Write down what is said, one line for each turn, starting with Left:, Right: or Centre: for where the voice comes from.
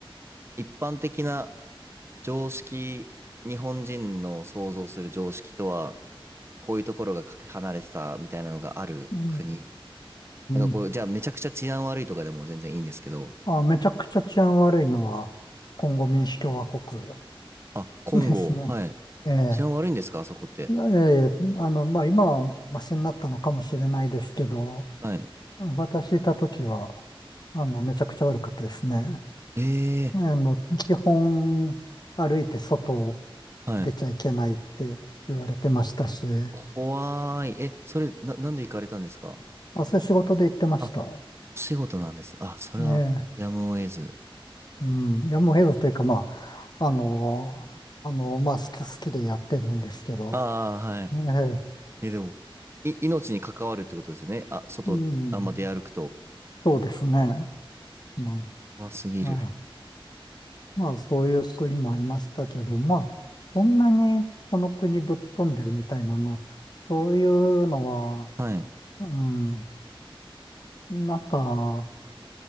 Right: う、一般的な常識、日本人の想像する常識とは、こういうところがかけ離れてたみたいなのがある国。
Left: うー
Right: なんかこう、
Left: ん。
Right: じゃあめちゃくちゃ治安悪いとかでも全然いいんですけど、
Left: あ、めちゃくちゃ治安悪いのは、コンゴ民主共和国
Right: あ、コンゴ、
Left: ですね。
Right: はい。
Left: ええ。
Right: 治安悪いんですかあそこって。
Left: いやいやいやあの、まあ、今はマシになったのかもしれないですけど、
Right: はい。
Left: 私いた時は、あの、めちゃくちゃ悪かったですね。
Right: ええ
Left: あの、基本、歩いて外
Right: ーはい。
Left: 出ちゃいけないって言われてましたし、ま
Right: 怖い。え、それ、な、なんで行かれたんですか
Left: あ、そういう仕事で行ってました。
Right: あ、お仕事なんです。あ、それは、
Left: ええ。
Right: やむを得ず。
Left: うん、いや、もうヘルスというか、まあ、あのあのまあ、好き、好きでやってるんですけど、
Right: ああ、はい。
Left: ええ、
Right: え、でも、い、命に関わるってことですよね。あ、外、
Left: うん、
Right: あんま出歩くと。
Left: そうですね。うん
Right: 怖すぎる。
Left: はい、まあ、そういう国もありましたけど、まあ、そんなにこの国ぶっ飛んでるみたいなの、そういうのは、
Right: はい。
Left: うん、なんか、